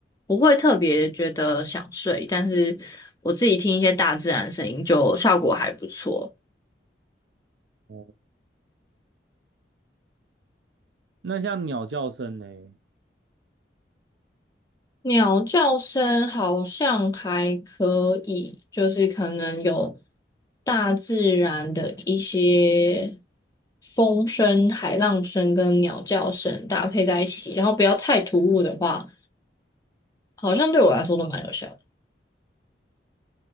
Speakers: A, on the left; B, on the right.
A: 不会特别觉得想睡，但是我自己听一些大自然声音就效果还不错。
B: 哦，那像鸟叫声呢？
A: 鸟叫声好像还可以，就是可能有大自然的一些风声、海浪声跟鸟叫声搭配在一起，然后不要太突兀的话，好像对我来说都蛮有效的。